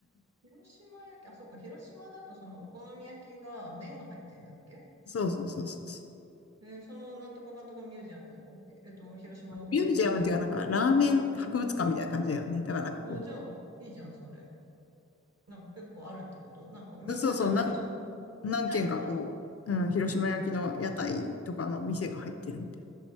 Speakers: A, on the right; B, on the left.
A: 広島焼き、あ、そっか、広島だとそのお好み焼きが麺が入ってんだっけ
B: そうそうそうそうそ
A: えーそのなんとかかんとかミュージアムおえっと、広島焼きミュージアム
B: う。ミュージアムっていうか、なんか、ラーメン博物館みたいな感じだよね。だからなんかこう、
A: お、じゃあ、いいじゃん、それ。なんか結構あるってことなんかみんなじゃあ広島焼きみたいのを出してる。
B: そうそう、何、何軒かこう、うん、広島焼きの屋台とかの店が入ってるみたい